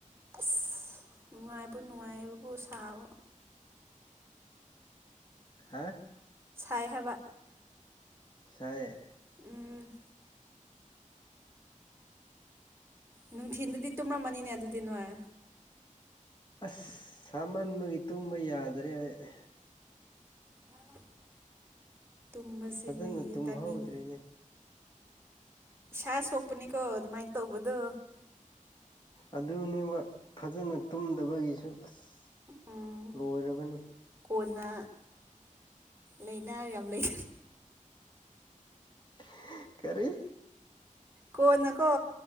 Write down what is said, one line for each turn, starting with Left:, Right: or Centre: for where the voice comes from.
Right: ꯑꯁ ꯅꯨꯡꯉꯥꯏꯕꯨ ꯅꯨꯡꯉꯥꯏꯌꯦꯕꯨ ꯁꯥꯕ
Left: ꯍꯥ
Right: ꯁꯥꯏ ꯍꯥꯏꯕ
Left: ꯁꯥꯏꯌꯦ
Right: ꯎꯝ ꯅꯨꯡꯊꯤꯟꯗꯗꯤ ꯇꯨꯝꯃꯝꯃꯅꯤꯅꯦ ꯑꯗꯨꯗꯤ ꯅꯣꯢ
Left: ꯑꯁ ꯁꯥꯃꯟꯕꯒꯤ ꯇꯨꯝꯕ ꯌꯥꯗ꯭ꯔꯦ ꯑꯩ
Right: <unintelligible> ꯇꯨꯝꯕꯁꯤ
Left: ꯐꯖꯅ
Right: ꯅꯣꯏꯒꯤꯗꯤ
Left: ꯇꯨꯝꯍꯧꯗ꯭ꯔꯤꯅꯦ
Right: ꯇꯥꯏꯃꯤꯡ ꯏꯁꯥ ꯁꯣꯛꯄꯅꯤꯀꯣ ꯑꯗꯨꯃꯥꯏꯟ ꯇꯧꯕꯗꯣ
Left: ꯑꯗꯨꯅꯦꯕ ꯐꯖꯅ ꯇꯨꯝꯗꯕꯒꯤꯁꯨ ꯑꯁ꯫
Right: ꯎꯝ
Left: ꯂꯣꯏꯔꯕꯅꯤ꯫
Right: ꯀꯣꯟꯅ ꯂꯩꯅꯥ ꯌꯥꯝ ꯂꯩ꯫
Left: <unintelligible> ꯀꯔꯤ?
Right: ꯀꯣꯟꯅꯀꯣ,